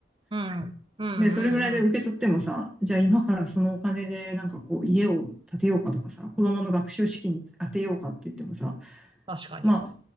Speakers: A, on the right; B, in the centre.
A: うん。うん。
B: で、それぐらいで受け取ってもさ、
A: うん。うん
B: じゃあ今からそのお金でなんかこう家を建てようかとかさ、子供の学習資金に当てようかって言ってもさ、
A: 確かに。
B: ま